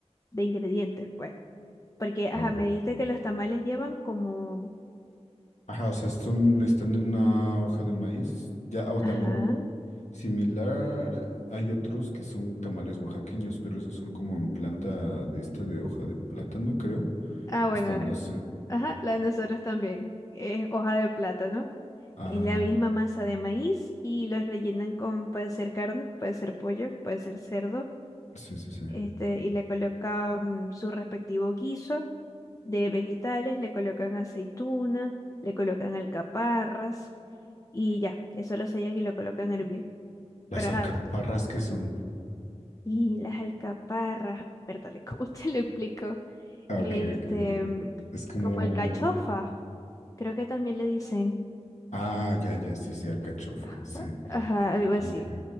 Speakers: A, on the left; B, on the left.
A: de ingredientes, pues. Porque, ajá,
B: A ver,
A: me dijiste que los tamales llevan como,
B: Ajá, o sea, son están en una hoja de maíz. Ya, o
A: ajá.
B: también similar, hay otros que son tamales oaxaqueños, pero esos son como en planta de esta de hoja de plátano, creo.
A: Ah, bueno,
B: Y están
A: el-
B: las, eh,
A: ajá, la de nosotros también. Es hoja de plátano.
B: ah,
A: Es la misma masa de maíz y lo rellenan con, puede ser carne, puede ser pollo, puede ser cerdo.
B: sí, sí, sí.
A: Este, y le colocan su respectivo guiso de vegetales, le colocan aceituna, le colocan alcaparras y ya, eso lo sellan y lo colocan a hervir.
B: Las
A: Pero ajá,
B: alcaparras que son.
A: y las alcaparras, perdón, <laughs> ¿cómo te lo explico?
B: Ah,
A: Este,
B: ok, ok. Es como,
A: como alcachofa. Creo que también le dicen.
B: ah, ya, ya, sí, sí, alcachofa,
A: Ajá,
B: sí.
A: ajá, algo así.
B: Ok,